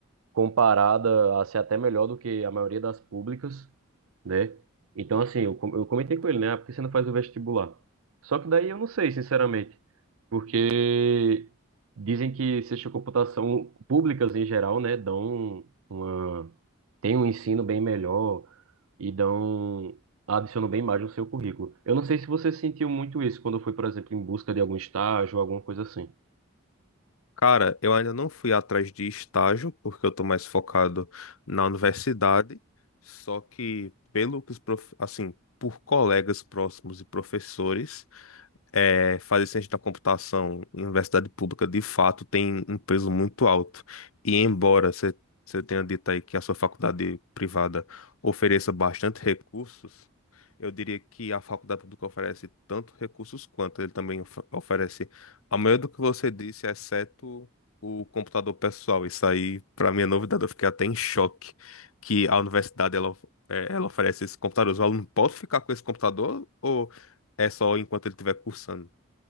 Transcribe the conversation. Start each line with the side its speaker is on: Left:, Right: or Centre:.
Right: comparada a ser até melhor do que a maioria das públicas, né? Então, assim, eu, com- eu comentei com ele, né? Ah, por que você não faz o vestibular? Só que daí eu não sei, sinceramente, porque dizem que ciência de computação públicas em geral, né, dão uma, tem um ensino bem melhor e dão, adicionam bem mais no seu currículo. Eu não sei se você sentiu muito isso quando foi, por exemplo, em busca de algum estágio, alguma coisa assim.
Left: Cara, eu ainda não fui atrás de estágio, porque eu tô mais focado na universidade, só que pelo que os prof... assim, por colegas próximos e professores, é, fazer ciência da computação em universidade pública, de fato, tem um peso muito alto. E embora você você tenha dito aí que a sua faculdade privada ofereça bastante recursos, eu diria que a faculdade pública oferece tanto recursos quanto ele também of- oferece a maioria do que você disse, exceto o computador pessoal. Isso aí, para mim, é novidade. Eu fiquei até em choque que a universidade ela, of- eh, ela oferece esse computador. O aluno pode ficar com esse computador ou é só enquanto ele estiver cursando?